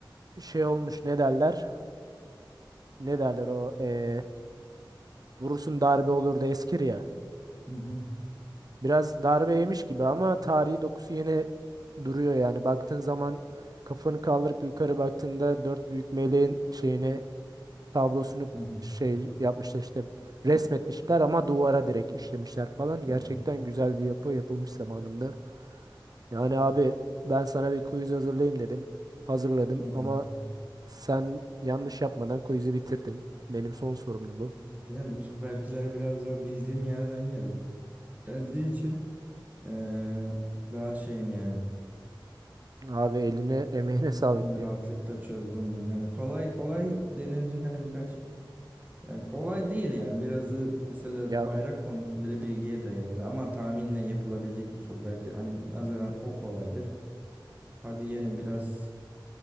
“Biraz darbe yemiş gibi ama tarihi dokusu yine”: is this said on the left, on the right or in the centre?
Right